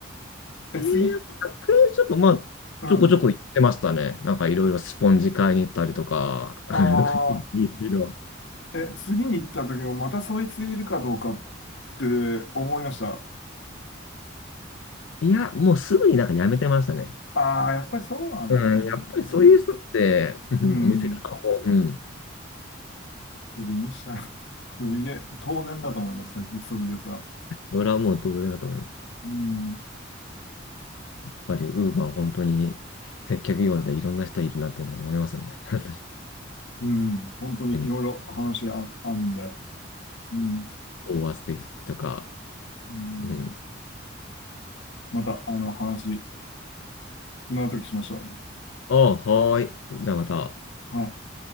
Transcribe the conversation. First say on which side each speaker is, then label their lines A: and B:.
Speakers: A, on the left; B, on the left.
A: え、
B: いや、
A: 次。
B: 100円ショップ、まあ、
A: うん。
B: ちょこちょこ行ってましたね。なんかいろいろスポンジ買いに行ったりとか、<laughs> なんかいろいろ。
A: ああ、え、次に行った時もまたそいついるかどうかって思いました。
B: いや、もうすぐになんかやめてましたね。
A: ああ、やっぱりそうなん、
B: うん、やっぱりそういう人って、
A: うん、
B: うんお店側も、
A: うん、
B: うん、
A: クビにしたら、クビで、当然だと思いますね、そういうやつは。
B: それはもう同然だと思います。
A: うん、
B: やっぱりウーバー本当に接客業でいろんな人いるなっていうのは思いますね。本
A: うん、本当にいろいろ話があ、
B: 当に。
A: あるんで、うん、
B: <laughs> オーバーステーキとか。
A: うん、
B: うん。
A: また、あの、話、今の時しましょ
B: ああ、はーい。じゃあまた。
A: うね。はい。